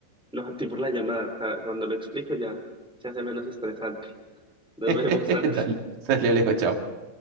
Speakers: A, in the centre; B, on the right.
A: No, a ti por la llamada, ja, cuando lo explico ya se hace menos estresante.
B: <laughs>
A: Nos vemos, Santi.
B: Dale, sale Alejo, chao.